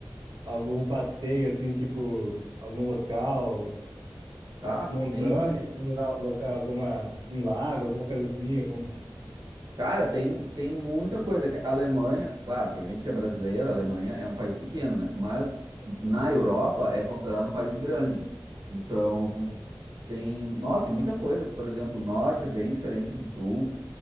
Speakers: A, on the right (about 85°); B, on the right (about 65°).
A: algum passeio assim, tipo algum local,
B: Passa,
A: montanha,
B: tem
A: algum lugar, local, alguma um lago, alguma coisa assim, algum,
B: Cara, tem, tem muita coisa. que A Alemanha, claro, pra gente que é brasileiro, a Alemanha é um país pequeno, né? Mas na Europa é considerado um país grande. Então, tem, nossa, tem muita coisa. Por exemplo, o norte é bem diferente do sul